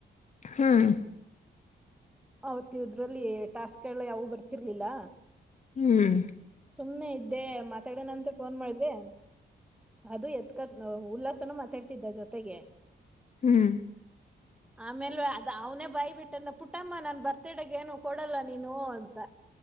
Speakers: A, on the left; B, in the centre.
A: ಹ್ಮ
B: ಅವೌತ್ ಇದ್ರಲ್ಲಿ ಟಾಸ್ಕ್ ಎಲ್ಲ ಯಾವು ಬರ್ತಿರ್ಲಿಲ್ಲ
A: ಹ್ಮ್
B: ಸುಮ್ನೆ ಇದ್ದೆ ಮಾತಾಡನಂತೆ ಫೋನ್ ಮಾಡೆ ಅದು ಎತ್ಕತ್ ಉಲ್ಲಾಸನ ಮಾತಾಡ್ತಿದ್ದ ಜೊತೆ ಗೆ
A: ಹ್ಮ್
B: ಆಮೇಲೆ ಅ ಅವನೇ ಬಾಯ್ ಬಿಟ್ಟಂದ ಪುಟ್ಟಮ್ಮ ನನ್ ಬರ್ತಡಗೇನು ಕೊಡಲ್ಲ ನೀನು ಅಂತ